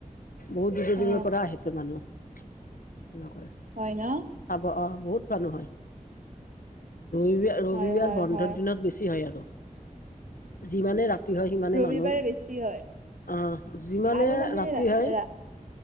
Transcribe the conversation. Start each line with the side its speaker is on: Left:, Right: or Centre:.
Left: বহুত দূৰ
Right: অ
Left: দূৰৰ পৰা আহেতে মানুহ এনেকৈ।
Right: হয় ন?
Left: চাব অ বহুত মানুহ হয় ই ৰবিবাৰ
Right: হয় হয়
Left: বন্ধৰ
Right: হয়
Left: দিনত বেছি হয় আৰু যিমানে ৰাতি হয় সিমানে
Right: ৰবিবাৰে
Left: মানুহ
Right: বেছি হয়
Left: যিমানে
Right: আৰু মানে
Left: ৰাতি
Right: ৰা
Left: হয়
Right: ৰা